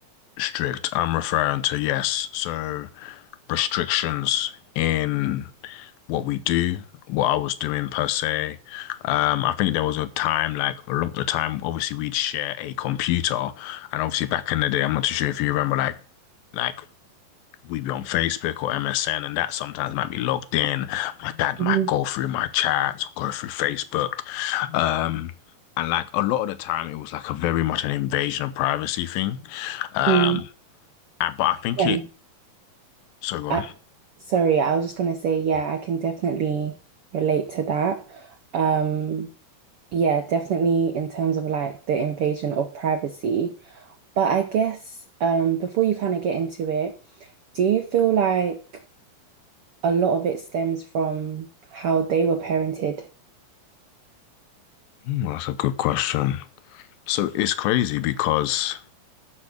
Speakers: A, on the left; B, on the right.
A: strict, I'm referring to yes, so restrictions in what we do, what I was doing per se. Um, I think there was a time, like a lot of the time, obviously we'd share a computer, and obviously back in the day, I'm not too sure if you remember, like Like we'd be on Facebook or MSN, and that sometimes might be logged in. My dad
B: Mm-hmm.
A: might go through my chats or go through Facebook. Um, and like a lot of the time, it was like a very much an invasion of privacy thing. Um,
B: Mm,
A: and, but I think
B: yeah.
A: it, so go on.
B: Uh, sorry, I was just gonna say, yeah, I can definitely relate to that. Um, yeah, definitely in terms of like the invasion of privacy. But I guess um before you kind of get into it, do you feel like a lot of it stems from how they were parented?
A: Hmm, that's a good question. So it's crazy because